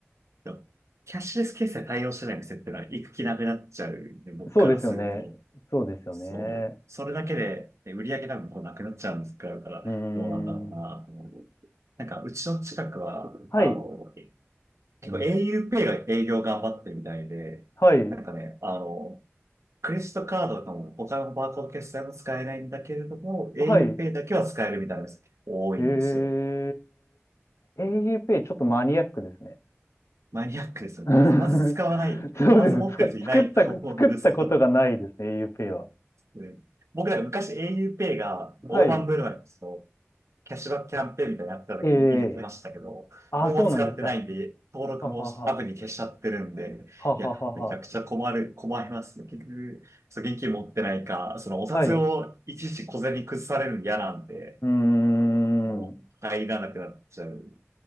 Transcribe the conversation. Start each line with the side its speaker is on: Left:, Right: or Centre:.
Right: う。キャッシュレス決済対応してない店ってのは行く気なくなっちゃうんで、僕からすると。
Left: そうですよね。そうですよね。
Right: そう。それだけで、え売り上げ多分こうなくなっちゃうんですから、
Left: うーん。
Right: どうなんだろうなと思う。なんか、うちの近くは、
Left: はい、
Right: あの、結構 auPay が営業頑張ってるみたいで、
Left: はい、
Right: なんかね、あの、クレジットカードとかも他のバーコード決済も使えないんだけれども、auPay
Left: はい。
Right: だけは使えるみたいなす多いんですよ。
Left: えー、a u ペイちょっとマニアックですね。
Right: マニアックですよね。
Left: <laughs> うん
Right: まず使わない。
Left: そうです。
Right: まず持ってる人いないと思うんですけど。
Left: つか、作った、作ったことがないですね、AUPay は。
Right: ね僕なんか昔 auPay が大盤振る舞いのそう
Left: はい。
Right: キャッシュバックキャンペーンみたいなのやってた時に入れてましたけど、
Left: ええあ、
Right: もう使ってないんで、
Left: そうなんですか。
Right: 登録もアプリ消しちゃってるんで、
Left: ははは。はははは。
Right: いや、めちゃくちゃ困る、困りますね。結局、そう現金持ってないか、そのお札をいちいち小銭崩されるの嫌なんで、
Left: はい。うーん。
Right: もう入らなくなっちゃうんで